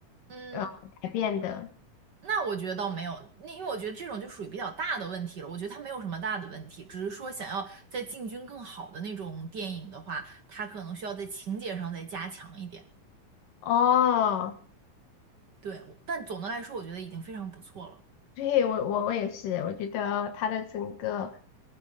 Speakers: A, on the right; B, on the left.
A: 嗯。
B: 呃改变的？
A: 那我觉得倒没有，那因为我觉得这种就属于比较大的问题了。我觉得它没有什么大的问题，只是说想要在进军更好的那种电影的话，它可能需要在情节上再加强一点。
B: 哦，
A: 对，我但总的来说，我觉得已经非常不错了。
B: 对，我我我也是，我觉得它的整个。